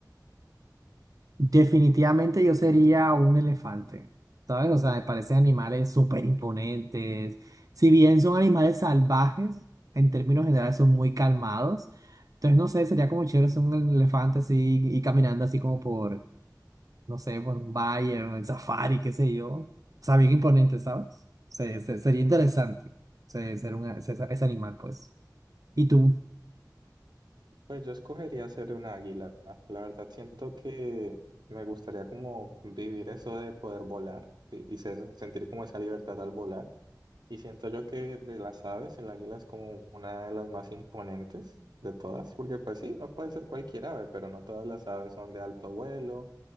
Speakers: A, on the right (about 55°); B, on the right (about 80°).
A: Definitivamente yo sería un elefante, ¿sabes? O sea, me parecen animales súper imponentes. Si bien son animales salvajes, en términos generales son muy calmados. Entonces, no sé, sería como chévere ser un elefante así y caminando así como por, no sé, por un Bayern, el Safari, qué sé yo. O sea, bien imponente, ¿sabes? Se- se- sería interesante se- ser un, ese, ese animal, pues. Y tú,
B: Pues yo escogería ser un águila. La verdad siento que me gustaría como vivir eso de poder volar y y ser- sentir como esa libertad al volar. Y siento yo que de las aves, el águila es como una de las más imponentes de todas, porque pues sí, no puede ser cualquier ave, pero no todas las aves son de alto vuelo